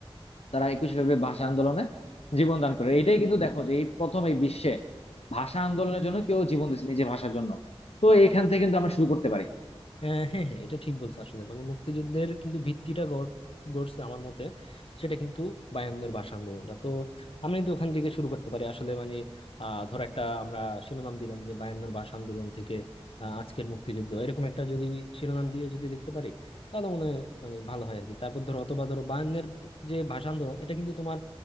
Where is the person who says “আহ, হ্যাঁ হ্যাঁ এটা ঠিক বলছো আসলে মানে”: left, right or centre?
Left